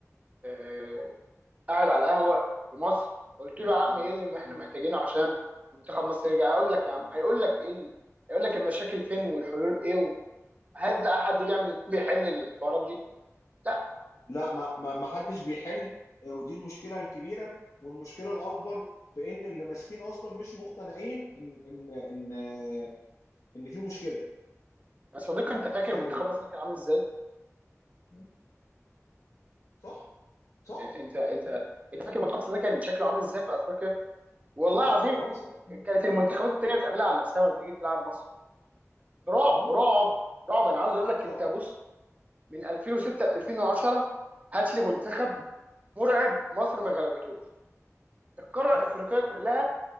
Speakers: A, on the right; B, on the left.
A: آه... قاعد على القهوه في مصر قلت له يا عم
B: م.
A: ايه اللي احنا
B: م.
A: محتاجينه عشان منتخب مصر يرجع هيقول لك يا عم هيقول لك ايه ال- هيقول لك المشاكل فين والحلول ايه هل بقى حد جه من بيحل الحوارات دي؟ لا
B: لا ما ما ما حدش بيحل آه، ودي المشكلة الكبيرة والمشكلة الأكبر في إن اللي ماسكين أصلا مش مقتنعين إن إن إن آه، إن في مشكلة
A: يا صديقي انت فاكر
B: فاهم
A: منتخب
B: ال...
A: مصر كان عامل ازاي؟
B: م. صح صح
A: انت انت
B: م.
A: انت فاكر منتخب مصر ده كان شكله عامل ازاي في افريقيا؟ والله
B: معاك
A: العظيم
B: والله صح م.
A: كانت المنتخبات
B: م.
A: التانيه بتعملها على نفسها لما بتيجي تلعب مصر رعب
B: م.
A: رعب رعب انا عاوز اقول لك
B: صح
A: انت بص من 2006 ل 2010 هات لي منتخب
B: م.
A: مرعب مصر ما غلبتوش القاره
B: صح
A: الافريقيه كلها